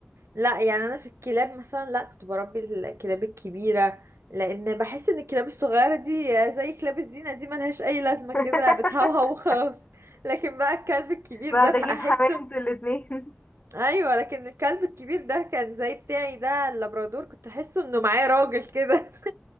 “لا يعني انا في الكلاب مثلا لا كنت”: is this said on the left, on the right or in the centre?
Right